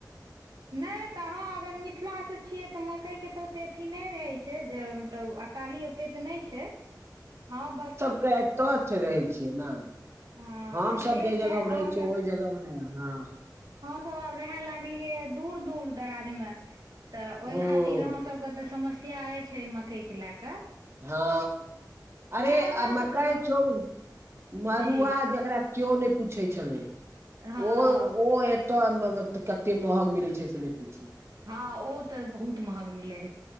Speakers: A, on the right; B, on the right.
A: नइ तऽ अहाँ अगर मिथिलासँ छियै तऽ मकइके तऽ ओते अथि नइ रहै छै जे मतलब अकाली से तऽ नइ छै हँ बस।
B: एतच रहै छियै ने
A: हँ
B: हम सभ
A: से
B: जे
A: छै
B: जगहमे
A: अहाँसँ
B: रहै छियै ओइ जगह मे ह
A: सभ रहै लागलिए है दूर-दूर दराज में तो ओइ
B: हूँ
A: खातिर आहा सभके तऽ समस्या अछि छै। मकईके लए कऽ
B: हँ आरे
A: नहि हमरा
B: आ मकइ
A: सबके तऽ
B: छोड़ू। मरुआ
A: जी
B: जेकरा क्यो नइ पूछै छलै।
A: हँ
B: ओहो ओ टाउनमे कते महग मिलै छै से नहि पुछु
A: हँ, ओ तऽ बहुत महग मिलै है।